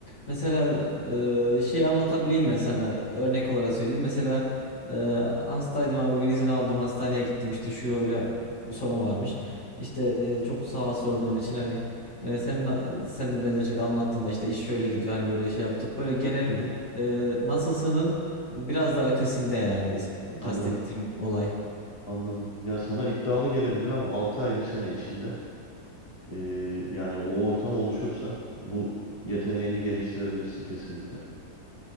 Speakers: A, on the left; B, on the left.
A: mesela e, şey anlatabileyim ben sana örnek olarak söyleyeyim mesela e, hastaydım abi bugün izin aldım hastaneye gittim işte şu öyle bir sorun varmış işte e, çok sağ ol sorduğun için hani e, sen sen de benzer şekilde anlattığında işte iş şöyle gidiyor hani böyle şey yaptık böyle genel
B: hı hı.
A: e, nasılsının Biraz daha ötesinde yani is-
B: Anladım,
A: kastettiğim olay.
B: anladım. Ya sana iddialı gelebilir ama 6 ay bir sene içinde e, yani o ortam oluşursa bu yeteneğini geliştirebilirsin kesinlikle.